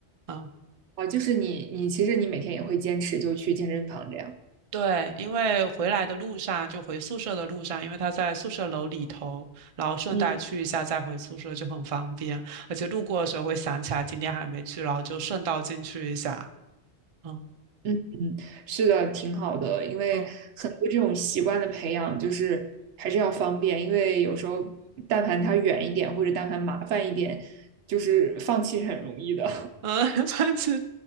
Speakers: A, on the right (about 50°); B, on the right (about 75°).
A: 啊。
B: 哦，就是你你其实你每天也会坚持就去健身房这样。
A: 对，因为回来的路上，就回宿舍的路上，因为他在宿舍楼里头，然后顺带去一下再回宿舍就很方便，
B: 嗯。
A: 而且路过的时候会想起来今天还没去，然后就顺道进去一下。嗯
B: 嗯嗯，是的，挺好的，因为很多这种习惯的培养，
A: 嗯
B: 就是还是要方便，因为有时候但凡它远一点，或者但凡麻烦一点，就是放弃是很容易的，
A: 嗯，<laughs> 反正其